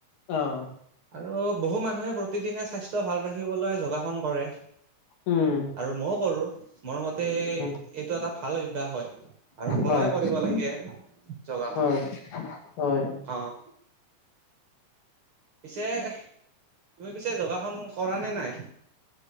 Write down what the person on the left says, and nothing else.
অঁ।
উম,
উম,
হয়,
হয়,
হয়। <unintelligible>